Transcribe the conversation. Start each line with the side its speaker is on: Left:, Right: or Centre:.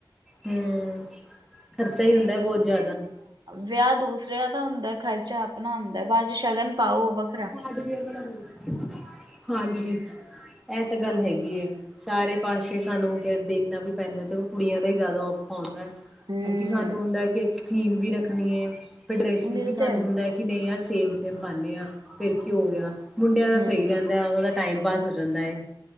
Centre: ਹੂੰ, ਖ਼ਰਚਾ ਈ ਹੁੰਦਾ ਬੋ ਜਿਆਦਾ।
Right: ਵੇਆ ਦੂਸਰਿਆਂ ਦਾ ਹੁੰਦੈ ਖ਼ਰਚਾ ਆਪਣਾ ਹੁੰਦਾ ਬਾ 'ਚ ਸ਼ਗਨ ਪਾਓ ਉਹ ਵੱਖਰਾ
Centre: ਹਾਰਡਵੇਅਰ ਵਾਲਾ ਕਰੋ ਹਾਂਜੀ। ਐ ਤਾਂ ਗੱਲ ਹੈਗੀ ਐ। ਸਾਰੇ ਪਾਸੇ ਸਾਨੂੰ ਫਿਰ ਦੇਖਣਾ ਵੀ ਪੈਂਦਾ 'ਤੇ ਓ ਕੁੜੀਆਂ ਦਾ ਈ ਜਿਆਦਾ ਔਖਾ ਹੁੰਦਾ ਐ।
Right: ਹੂੰ
Centre: ਕਿਉਂਕਿ ਸਾਨੂੰ ਹੁੰਦਾ ਕਿ ਇੱਕ ਥੀਮ ਵੀ ਰੱਖਣੀ ਏ ਫਿਰ ਡਰੈਸਿਸ
Right: ਇਹ
Centre: ਵੀ ਸਾਨੂੰ
Right: ਤੇ ਹੈ
Centre: ਹੁੰਦਾ ਐ ਕਿ ਨਈ ਯਾਰ ਸੇਮ-ਸੇਮ ਪਾਨੇ ਆ। ਫੇਰ ਕੀ ਹੋ ਗਿਆ ਮੁੰਡਿਆਂ ਦਾ
Right: ਹੂੰ,
Centre: ਸਈ ਰੈਂਦਾ ਉਦਾ ਟਾਈਮ ਪਾਸ ਹੋ ਜਾਂਦਾ ਏ।